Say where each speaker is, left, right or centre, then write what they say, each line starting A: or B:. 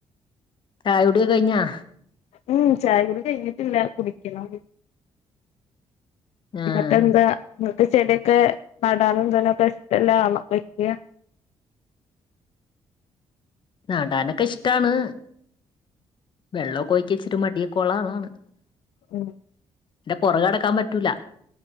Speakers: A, on the left; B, on the left.
A: ചായുടിയൊക്കെ കയിഞ്ഞാ?
B: ഉം ചായ കുടി കഴിഞ്ഞിട്ടില്ലാ കുടിക്കണം
A: ആഹ്
B: എന്നിട്ടെന്താ ഇങ്ങക്ക് ചെടിയൊക്കെ നടാനും ഇതിനൊക്കെ ഇഷ്ട്ടല്ലാ <unintelligible> വെക്കാ
A: നടാനൊക്കെ ഇഷ്ട്ടാണ് വെള്ളക്കൊയിക്കാ ഇച്ചിരി മടിയൊക്കൊള്ളതാണ്
B: ഉം
A: ന്റെ പൊറകെ നടക്കാൻ പറ്റൂലാ